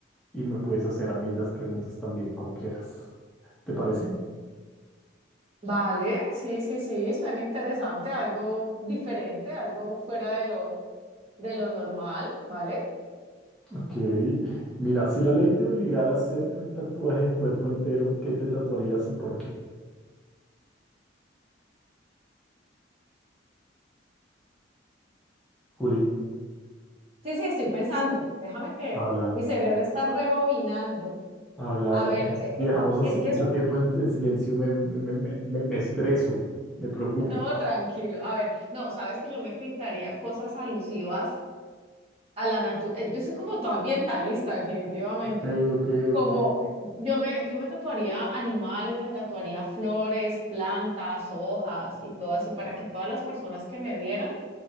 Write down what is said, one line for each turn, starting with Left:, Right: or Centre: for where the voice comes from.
Centre: y me puedes hacer a mí las preguntas también, como quieras. ¿Te parece?
Right: Vale, sí, sí, sí, suena interesante, algo diferente, algo fuera de lo, de lo normal, ¿vale?
Centre: Ok. Mira, si la ley te obligara a hacerte un tatuaje de cuerpo entero, ¿qué te tatuarías y por qué? Juli,
Right: Sí, sí, estoy pensando. Déjame que
Centre: habla,
Right: mi cerebro está rebobinando.
Centre: habla,
Right: A
Centre: habla,
Right: ver,
Centre: porque si
Right: e- e-
Centre: dejamos así
Right: es
Centre: mucho
Right: que es un
Centre: tiempo en, en silencio, me, me, me, me- me estreso, me preocupo.
Right: No, tranquilo. A ver, no, sabes que yo me pintaría cosas alusivas a la naturaleza. Yo soy como toda ambientalista, definitivamente.
Centre: Ok, ok,
Right: Como
Centre: ok.
Right: yo me, yo me tatuaría animales, me tatuaría flores, plantas, hojas y todo así, para que todas las personas que me vieran